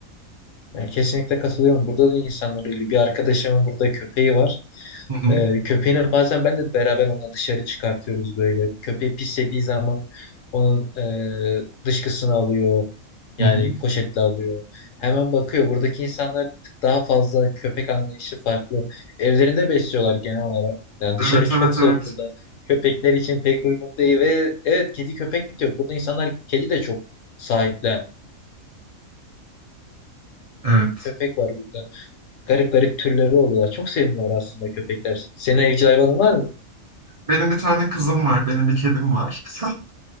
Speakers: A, on the left (about 70°); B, on the right (about 50°).
A: Yani kesinlikle katılıyorum. Burada da insanlar öyle. Bir arkadaşımın burada köpeği var.
B: Hı hı,
A: Ee, köpeğini bazen ben de beraber onunla dışarı çıkartıyoruz böyle. Köpeği pislediği zaman onun e, dışkısını alıyor. Yani
B: hı hı.
A: poşetle alıyor. Hemen bakıyor. Buradaki insanlar bir tık daha fazla köpek anlayışı farklı. Evlerinde besliyorlar genel olarak. Yani dışarı
B: Evet
A: çok
B: evet
A: soğuk
B: evet.
A: burada. Köpekler için pek uygun değil ve evet kedi köpek de yok. Burada insanlar kedi de çok sahiplen.
B: Evet.
A: Köpek var burada. Garip garip türleri oluyorlar. Çok sevimliler aslında köpekler. Senin evcil hayvanın var mı?
B: Benim bir tane kızım var. Benim bir kedim var. <laughs>